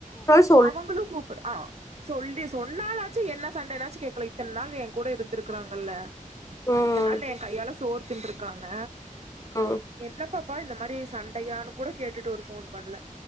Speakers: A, on the left; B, on the right.
A: <unintelligible>
B: அவங்குளு கூப்டு ஆ சொல்லி சொன்னாலாச்சு என்ன சண்டேனாச்சு கேக்குல இத்தன் நாள் என் கூட இருந்திருக்றாங்கல்ல
A: ம்
B: இத்தன்நாள் என் கையால சோர் தின்று காங்க
A: ம்
B: என்ன பாப்பா இந்த மாரி சண்டையானு கூட கேட்டுட்டு ஒரு ஃபோன் பண்ல